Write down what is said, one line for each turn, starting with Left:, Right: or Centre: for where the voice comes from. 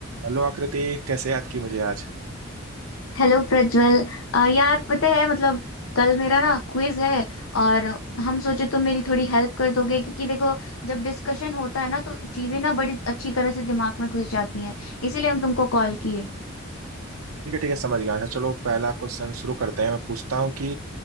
Right: हेलो आकृति कैसे याद की मुझे आज
Left: हेलो प्रज्वल अ, यार पता है मतलब कल मेरा ना क्विज है और हम सोचे तुम मेरी थोड़ी हेल्प कर दोगे क्योंकि देखो जब डिस्कशन होता है ना तो चीजें ना बड़ी अच्छी तरह से दिमाग में घुस जाती हैं इसीलिए हम तुमको कॉल किए
Right: ठीक है ठीक है समझ गया अच्छा चलो पहला क्वेश्चन शुरू करते हैं मैं पूछता हूँ कि